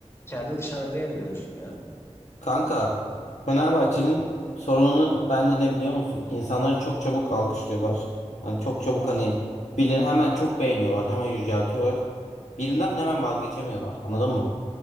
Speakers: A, on the left (about 20°); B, on the left (about 80°).
A: İçeride dışarıda yeniliyorsun ya.
B: Kanka Fenerbahçe'nin sorununu bence ne biliyor musun? İnsanları çok çabuk alkışlıyorlar. Hani çok çabuk hani birini hemen çok beğeniyorlar. Hemen yüceltiyorlar. Birinden de hemen vazgeçemiyorlar. Anladın mı?